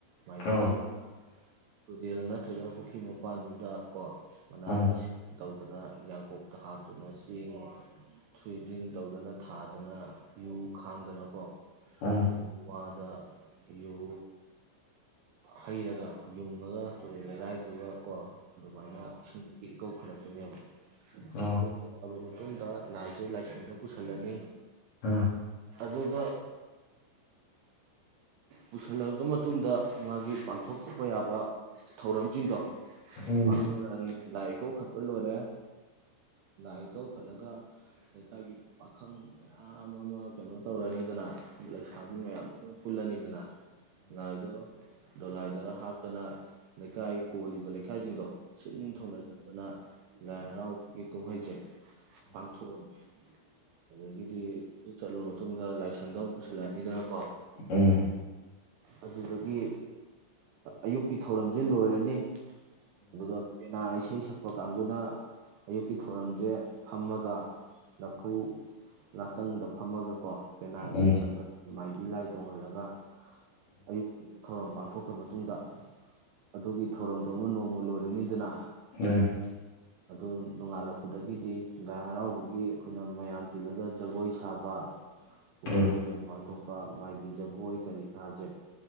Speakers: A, on the right; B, on the left.
A: ꯃꯥꯏꯕꯤꯖꯤꯡꯅ
B: ꯑꯣ
A: ꯇꯨꯔꯦꯜꯅꯠ ꯁꯗ ꯄꯨꯈ꯭ꯔꯤ ꯃꯄꯥꯟꯗꯨꯗ ꯀꯣ ꯃꯅꯥꯃ
B: ꯎꯝ
A: ꯑꯁꯤ ꯇꯧꯗꯅ ꯌꯥꯡꯀꯣꯛꯇ ꯍꯥꯞꯇꯨꯅ ꯆꯦꯡ ꯊꯨꯏꯗ꯭ꯔꯤꯡ ꯇꯧꯗꯅ ꯊꯥꯗꯅ ꯌꯨ ꯈꯥꯡꯗꯅꯀꯣ
B: ꯎꯝ ꯎꯝ
A: ꯈꯣꯢꯒꯤ ꯋꯥꯗ ꯌꯨ ꯍꯩꯔꯒ ꯌꯨꯡꯉꯒ ꯇꯨꯔꯦꯟ ꯂꯩꯔꯥꯏꯗꯨꯒ ꯀꯣ ꯑꯗꯨꯃꯥꯏꯅ ꯏꯁꯤꯡꯗꯒꯤ ꯀꯧꯈꯠꯂꯛꯇꯣꯏꯅꯦꯕ
B: ꯑꯣ ꯑ
A: ꯑꯗꯨ ꯄꯣꯔꯛꯑꯕ ꯃ ꯃꯇꯨꯡꯗ ꯂꯥꯏꯁꯦ ꯂꯥꯏꯁꯪꯗ ꯄꯨꯁꯤꯜꯂꯅꯤ
B: ꯑꯥ
A: ꯑꯗꯨꯗ ꯄꯨꯁꯜꯂꯛꯂꯕ ꯃꯇꯨꯡꯗ ꯃꯥꯒꯤ ꯄꯥꯡꯊꯣꯛꯄ ꯌꯥꯕ ꯊꯧꯔꯝꯁꯤꯡꯗꯣ
B: ꯎꯝ ꯎꯝ ꯑ ꯎꯝ ꯑꯣ ꯎꯝ ꯎꯝ
A: ꯄꯥꯡꯊꯣꯔꯛꯑꯅꯤ ꯂꯥꯢ ꯏꯀꯧꯈꯠꯄ ꯂꯣꯏꯔꯦ ꯂꯥꯏ ꯏꯀꯧ ꯄꯨꯈꯠꯂꯒ ꯂꯩꯀꯥꯏꯒꯤ ꯄꯥꯈꯪ ꯌꯥꯝ ꯑꯃ ꯀꯩꯅꯣ ꯇꯧꯔꯅꯤꯗꯅ ꯂꯩꯁꯥꯕꯤ ꯃꯌꯥꯝ ꯑꯃ ꯄꯨꯜꯂꯅꯤꯗꯅ ꯉꯥꯏꯗꯣ ꯗꯣꯂꯥꯏꯗꯒꯞ ꯑꯗꯨꯅ ꯂꯩꯀꯥꯏ ꯀꯣꯜꯂꯤꯕ ꯂꯩꯀꯥꯏꯁꯤꯡꯗꯣ ꯁꯤ ꯅꯤꯡ ꯊꯅ ꯑꯗꯨꯅ ꯂꯥꯏ ꯍꯔꯥꯎꯕꯒꯤ ꯀꯨꯝꯍꯩꯁꯦ ꯄꯥꯡꯊꯣꯛꯍꯟꯒ ꯑꯗꯒꯤꯗꯤ ꯆꯠꯂꯕ ꯃꯇꯨꯡꯗ ꯂꯥꯏꯁꯪꯗ ꯑꯃꯨ ꯄꯨꯁꯜꯂꯛꯑꯅꯤꯗꯅ ꯀꯣ
B: ꯎꯝ
A: ꯑꯗꯨꯗꯒꯤ ꯑꯌꯨꯛꯀꯤ ꯊꯧꯔꯝꯁꯦ ꯂꯣꯏꯔꯅꯤ ꯑꯗꯨꯒ ꯄꯦꯅꯥ ꯏꯁꯩ ꯁꯛꯄ ꯀꯥꯡꯕꯨꯅ ꯑꯌꯨꯛꯀꯤ ꯊꯧꯔꯝꯁꯦ ꯐꯝꯃꯒ ꯂꯐꯨ ꯉꯥꯛꯇꯪꯗ ꯐꯝꯃꯒꯀꯣ ꯄꯦꯅꯥ
B: ꯎꯝ
A: ꯏꯁꯩ
B: ꯑꯣ
A: ꯁꯛꯇ ꯃꯥꯏꯕꯤ ꯂꯥꯏ ꯇꯣꯡꯍꯜꯂꯒ ꯑꯌꯨꯛꯕ ꯊꯧꯔꯝ ꯄꯥꯡꯊꯣꯛꯈ꯭ꯔ ꯃꯇꯨꯡꯗ ꯑꯗꯨꯒꯤ ꯊꯧꯔꯝꯗꯣ ꯑꯃ ꯅꯣꯡꯃ ꯂꯣꯏꯔꯅꯤꯗꯅ
B: ꯑ
A: ꯑꯗꯨ ꯅꯣꯡꯉꯥꯜꯂꯛꯄꯗꯒꯤꯗꯤ ꯂꯥꯏ ꯍꯔꯥꯎꯕꯒꯤ ꯑꯩꯈꯣꯏꯅ ꯃꯌꯥꯝ ꯇꯤꯜꯂꯒ ꯖꯒꯣꯏ ꯁꯥꯕ ꯀꯨꯝꯍꯩ
B: ꯑ ꯑ
A: ꯐꯤꯌꯣꯡ ꯄꯥꯡꯊꯣꯛꯄ ꯃꯥꯏꯕꯤ ꯖꯒꯣꯏ ꯀꯔꯤ ꯀꯔꯥꯁꯦ